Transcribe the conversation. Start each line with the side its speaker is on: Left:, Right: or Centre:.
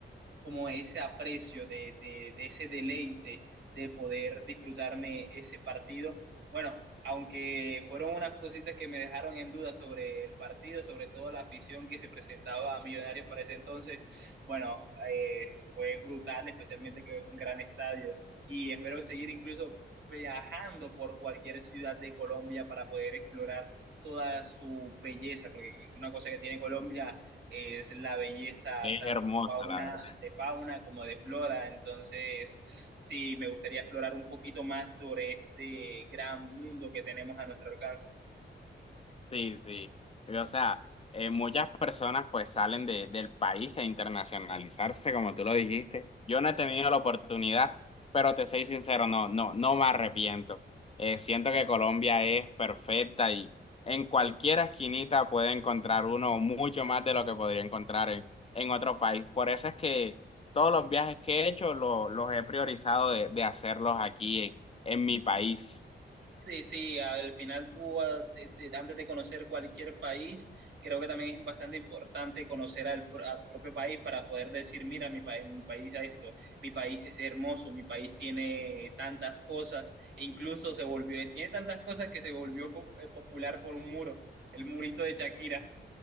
Right: como ese aprecio de, de, de ese deleite de poder disfrutarme ese partido. Bueno, aunque fueron unas cositas que me dejaron en duda sobre el partido, sobre todo la afición que se presentaba a Millonarios para ese entonces, bueno, eh, fue brutal, especialmente que es un gran estadio y espero seguir incluso viajando por cualquier ciudad de Colombia para poder explorar toda su belleza, porque una cosa que tiene Colombia es la belleza
Left: Es
Right: tanto
Left: hermoso,
Right: fauna,
Left: la verdad.
Right: de fauna como de flora. Entonces, sí, me gustaría explorar un poquito más sobre este gran mundo que tenemos a nuestro alcance.
Left: Sí, sí. Y, O sea, eh, muchas personas pues salen de- del país a internacionalizarse, como tú lo dijiste. Yo no he tenido la oportunidad, pero te soy sincero, no, no, no me arrepiento. Eh, siento que Colombia es perfecta y en cualquier esquinita puede encontrar uno mucho más de lo que podría encontrar en, en otro país. Por eso es que todos los viajes que he hecho lo- los he priorizado de, de hacerlos aquí en en mi país. <laughs>
Right: Sí, sí, al final tú, a- te- te- antes de conocer cualquier país, creo que también es bastante importante conocer al pro- a tu propio país para poder decir, mira, mi, pa- mi país es esto, mi país es hermoso, mi país tiene tantas cosas, e incluso se volvió, tiene tantas cosas que se volvió fo- eh, popular por un muro, el murito de Shakira.